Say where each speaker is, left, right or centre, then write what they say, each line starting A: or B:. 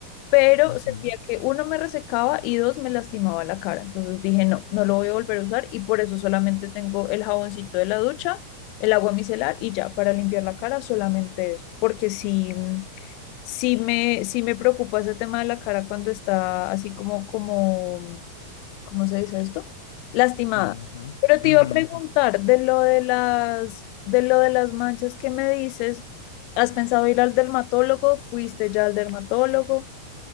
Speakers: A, on the left; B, on the left.
A: pero
B: ujú,
A: sentía que uno me resecaba y dos me lastimaba la cara. Entonces dije, no, no lo voy a volver a usar y por eso solamente tengo el jaboncito de la ducha, el agua micelar y ya, para limpiar la cara solamente eso, porque sí, mm, sí me, sí me preocupa ese tema de la cara cuando está así como, como, ¿cómo se dice esto? Lastimada.
B: ujú,
A: Pero te
B: ujú,
A: iba a preguntar
B: ujú,
A: de lo de las, de lo de las manchas que me dices. ¿Has pensado ir al dermatólogo? ¿Fuiste ya al dermatólogo?